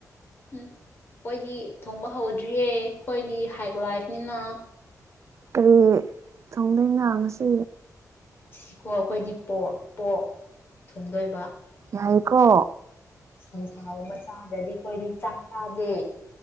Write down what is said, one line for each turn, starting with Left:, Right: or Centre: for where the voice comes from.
Left: ꯑꯩꯈꯣꯏꯗꯤ ꯊꯣꯡꯕ ꯍꯧꯗ꯭ꯔꯤꯌꯦ ꯑꯩꯣꯏꯗꯤ ꯍꯥꯏꯒ ꯂꯥꯛꯕꯅꯤꯅ
Right: ꯀꯔꯤ ꯊꯣꯡꯗꯣꯏ ꯉꯥꯡꯁꯤ
Left: ꯁꯤꯀꯣ ꯑꯩꯈꯣꯏꯗꯤ ꯄ ꯄꯣꯛ ꯊꯨꯡꯗꯣꯏꯕ
Right: ꯍꯥꯏꯀꯣ
Left: ꯁꯟꯁꯥꯎ ꯃꯆꯥꯥꯗ꯭ꯔꯗꯤ ꯀꯣꯏꯔꯤ ꯆꯥꯛ ꯆꯥꯗꯦ